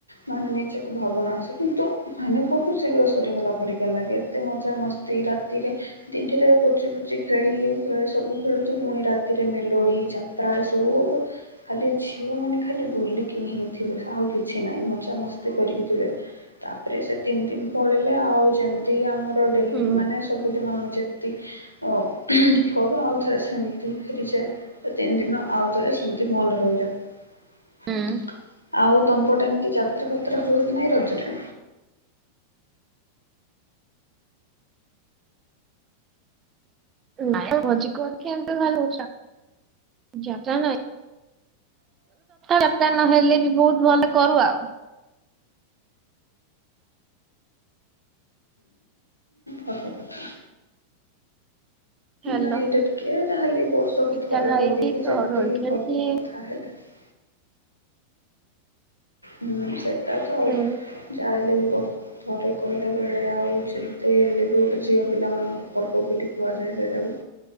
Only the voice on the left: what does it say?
ମାନେ ନିଜକୁ ଭାବନା ଆସେ କିନ୍ତୁ ମାନେ ବହୁତ ଶୀଘ୍ର ସରିଗଲା ପରିକାର ଲାଗେ ଏତେ ମଜମସ୍ତି ରାତିରେ ଦିନଡିରେ ପୋଚି ପୋଚି ଖେଳି ସବୁ ଖେଳୁଥିଲୁ ପୁଣି ରାତିରେ ମେଲୋଡି। ଚାଟାରା ସବ ଖାଲି ଝିଅ ମାନେ ଖାଲି ବୁଲିକି ହିଁ ଥିବେ ଆଉ କିଛି ନାହିଁ ମଜା ମସ୍ତି କରିକି ଥିବେ ତାପରେ ସେ ତିନି ଦିନ ପଳେଇଲେ ଆଉ ଯେମିତି ଆମର
ମାନେ ସବୁଦିନ ଯେମତି ଅ ଘରୁ ଆଉଥରେ ସେମିତି ଫେରିଯାଏ ତିନି ଦିନ ଆଉଥରେ ସେମିତି ମନେ ରହିଯାଉ
ଆଉ। ଦମ୍ପଟ ଏମିତି ଯାତ୍ରା ଫାତ୍ରା ହୁଏ କି ନାଇ ରଜରେ
ଫଟ କଥା।
ନାଇଁ ଏଇଟା ଟିକେ ଯାହା ହେଲେ ବି ବର୍ଷକୁ
ଥରେ
ବୋଲିକି
ଯେମିତି
ହିଁ
କରିବା କଥା ହେଲାଣି। ହୁଁ ସେ ଟ ତ ଆଉ
ଜାହେଲେ ବି ବହୁତ ତା ଥରେ କହିଲା ବେଳେ ଆଉ ଯେମିତି ହେଲେ ବି ଗୋଟେ ଝିଅ ପିଲାମାନଙ୍କୁ ପର୍ବ ବୋଲି କୁହାଯାଏ ସେଇଟାକୁ